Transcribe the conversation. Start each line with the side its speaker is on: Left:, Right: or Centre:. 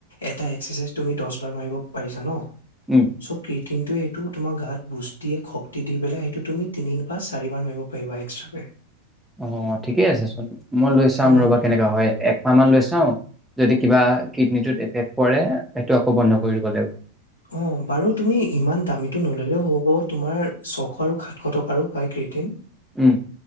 Left: এটা এক্সাৰচাইজ তুমি', দচ বাৰ মাৰিব পাৰিছা ন।
Centre: উম
Left: চক কে। ত', ইেইটো তোমাৰ গাত বুজ দিয়ে, শক্তি দি পেলাই সেইটো তুমি তিনি বা চাৰি বাৰ মাৰিব পাৰিবা। <unintelligible> <unintelligible>
Centre: অ', ঠিকেই আছেচোন মই', লৈ চাম
Left: অ'।
Centre: ৰ'বা কেনেকা হয়', একমাহ মান লৈ চাওঁ? যদি কিবা কিডনীটোত এফেক্ট পৰে, সেইটো আকৌ বন্ধ কৰি দিব লাগিব।
Left: অ', বাৰু তুমি ইমান দামীটো নললেও হ'ব। তোমাৰ ছশ আৰু সাতশ টকাৰো পায় ক্ৰেটিং।
Centre: উম',